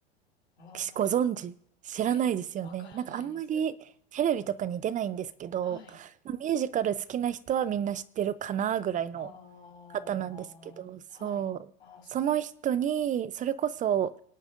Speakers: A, on the left; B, on the right.
A: あー
B: しご存知知らないですよね。
A: え、わからないです。
B: なんかあんまりテレビとかに出ないんですけど、
A: はい。
B: まあミュージカル好きな人はみんな知ってるかなぐらいの方なんですけど、
A: ああ、
B: そう。
A: はい。ああ、そうなん、
B: その人に、それこそ